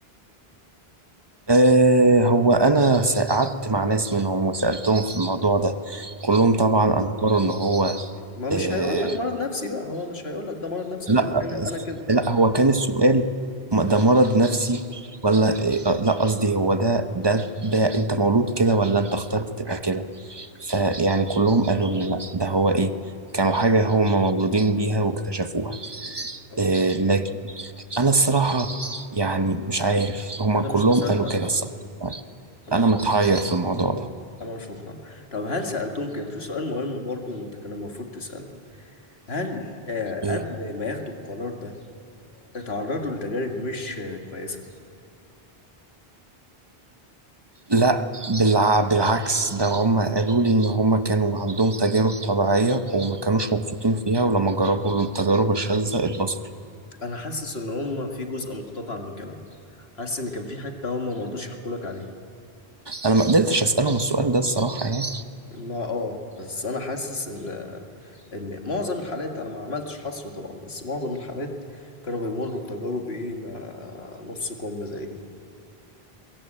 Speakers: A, on the right; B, on the left.
A: آه هو أنا س- قعدت مع ناس منهم وسألتهم في الموضوع ده كلهم
B: آه.
A: طبعا أنكروا إن هو
B: ما مش
A: آه
B: هيقول لك مرض نفسي بقى هو مش هيقول لك ده مرض نفسي
A: لا
B: هيقول لك انا أنا كده
A: لا هو كان السؤال م- ده مرض نفسي ولا آه، لا قصدي هو ده ده ده أنت مولود كده ولا أنت اخترت تبقى كده فيعني كلهم قالوا إن لأ ده هو إيه كانوا حاجة هم مولودين بيها واكتشفوها
B: اه
A: إيه لكن أنا الصراحة يعني مش عارف هم
B: انا
A: كلهم
B: مش مصدق
A: قالوا
B: بصراحه
A: كده الصراحة
B: انا
A: أنا
B: مش
A: متحير
B: مقتنع
A: في الموضوع ده
B: انا مش مقتنع طب هل سألتهم كان في سؤال مهم برضو إن انت كان المفروض تسأله هل آه
A: إيه
B: قبل ما ياخدوا القرار ده اتعرضوا لتجارب مش آه كويسة
A: لا بالع... بالعكس ده هم قالوا لي إن هم كانوا عندهم تجارب طبيعية وما كانوش مبسوطين فيها ولما جربوا التجارب الشاذة اتبسطوا
B: انا حاسس ان هم في جزء مقتطع من كلام حاسس ان كان في حتة هم ما رضوش يحكوا لك عليها
A: أنا ما قدرتش أسألهم السؤال ده الصراحة يعني
B: ما اه بس انا حاسس ان ان معظم الحالات انا ما عملتش حصر طبعا بس معظم الحالات كانوا بيمروا بتجارب ايه ما نص كم زي دي